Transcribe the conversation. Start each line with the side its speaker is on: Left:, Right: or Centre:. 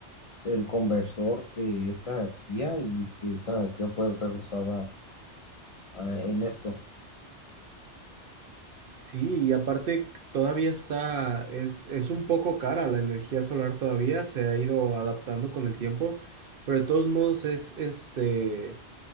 Left: el conversor de esta energía y que esta energía puede ser usada eh, en esto.
Right: Sí, y aparte todavía está, es, es un poco cara la energía solar todavía, se ha ido adaptando con el tiempo, pero de todos modos es, este,